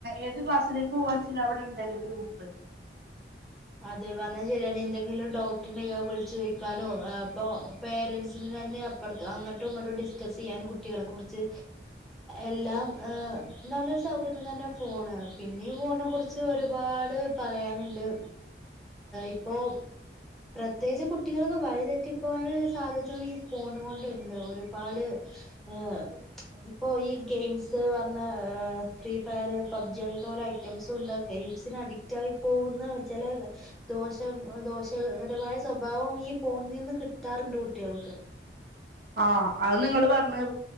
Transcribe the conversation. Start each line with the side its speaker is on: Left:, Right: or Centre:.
Right: ഏത് ക്ലാസ്സിലേക്ക് പോവാച്ചാലും അവിടെണ്ടല്ലോ ഗ്രൂപ്പ്.
Centre: അതേ പറഞ്ഞ് ശരിയാണ് എന്തെങ്കിലും ഡൗട്ട് ഉണ്ടെങ്കി വിളിച്ചു ചോദിക്കാനോ അപ്പൊ പേരൻറ്സിന് തന്നെ. പുറത്ത് അങ്ങോട്ടും ഇങ്ങോട്ടും ഡിസ്കസ് ചെയ്യാൻ കുട്ടികളെ കുറിച്ച് എല്ലാം ഏ നല്ല സൗകര്യം തന്നെ ഫോണ് പിന്നെ ഈ ഫോണിനെ കുറിച്ച്. പക്ഷെ ഒരുപാട് പറയാനുണ്ട് ഇപ്പോ പ്രത്യേകിച്ച് കുട്ടികൾക്ക് വഴിതെറ്റിപ്പോകാനുള്ള സാധ്യത ഈ ഫോണ് കൊണ്ട്ണ്ട് ഒരുപാട്. ഏഹ് ഇപ്പൊ ഈ ഗെയിംസ് പറഞ്ഞ ഫ്രീ ഫയറ് പബ്ജി അങ്ങനത്തെ ഓരായി ഐറ്റംസ് ഉണ്ട്. ഗെയിംസിന് അഡിക്റ്റ് ആയി പോകുന്ന ചില ദോഷം ദോഷകരമായ സ്വഭാവം ഈ ഫോണിൽ നിന്ന് കിട്ടാറുണ്ട് കുട്ടികൾക്ക്.
Right: ആഹ അത് നിങ്ങള് പറഞ്ഞത്